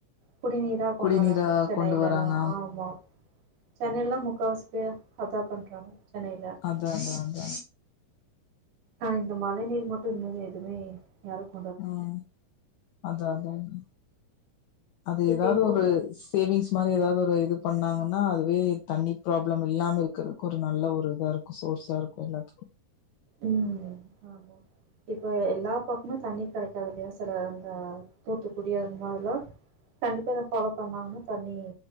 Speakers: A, on the right; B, on the left.
A: குடிநீரா கொண்டு
B: குடிநீரா
A: வராங்க சென்னையிலல்லா
B: கொண்டு வராங்க
A: ஆமா சென்னைலலா முக்காவாசி பேரு அதா பண்றாங்க சென்னையில
B: அந்த அந்த அந்த
A: ஆனா இந்த மழ நீர் மட்டும் இன்னு எதுமே யாருக்கு
B: உம் அதா அதா அதா அது
A: இப்ப
B: எதாவது
A: எங்கோ
B: ஒரு சேவிங்ஸ் மாரி எதாவது ஒரு இது பண்ணாங்கன்னா அதுவே தண்ணி ப்ராப்ளம் இல்லாம இருக்கிறதுக்கு ஒரு நல்ல ஒரு இதா இருக்கு சோர்ஸாருக்கு எல்லாத்துக்கூ
A: உம் ஆமா இப்ப எல்லா பக்மே தண்ணி கெடைக்காதுல்லையா செல இந்த தூத்துக்குடி அது மாரிலா கண்டிப்பா இத ஃபாலோ பண்ணாங்கனா தண்ணீ